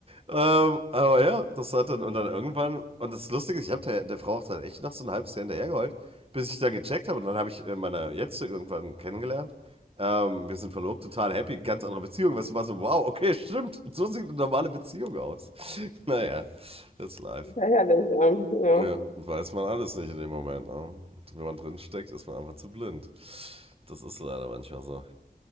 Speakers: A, on the right; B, on the left.
A: Ähm, aber ja, das hat dann, und dann irgendwann, und das Lustige ist, ich habe der, der Frau auch dann echt noch so ein halbes Jahr hinterhergeheult, bis ich dann gecheckt habe, und dann habe ich äh, meine Jetzige irgendwann kennengelernt. Ähm, wir sind verlobt, total happy, ganz andere Beziehung, weißt du, war so, wow, okay, stimmt, so sieht eine normale Beziehung aus. <laughs> Naja, that's life.
B: Sehr ähm, ja.
A: Ja, weiß man alles nicht in dem Moment, ne? Wenn man drin steckt, ist man einfach zu blind. Das ist leider manchmal so.